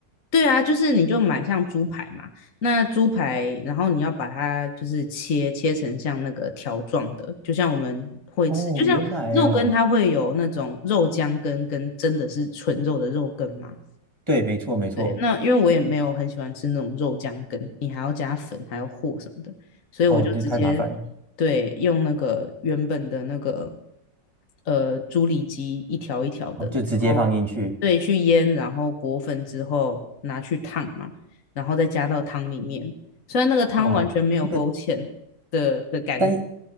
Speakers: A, on the left (about 50°); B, on the right (about 15°).
A: 对啊，就是你就买像猪排嘛，那猪排，然后你要把它就是切切成像那个条状的，就像我们会吃，
B: 哦，
A: 就像肉嗯羹它会有那种肉浆羹跟真的是纯肉的肉羹嘛，
B: 原来哦，对，没错没错，
A: 对，那因为我也没有很喜欢吃那种肉酱羹，你还要加粉，还要和什么的，所以我就直接
B: 哦，这太麻烦了，
A: 对用那个原本的那个呃猪里脊一条一条的，
B: 哦，
A: 然后对去腌，
B: 就直接放进去，
A: 然后裹粉之后拿去烫嘛，然后再加到汤里面。虽然那个汤完全没有勾芡的的感觉，
B: 哇，那个但，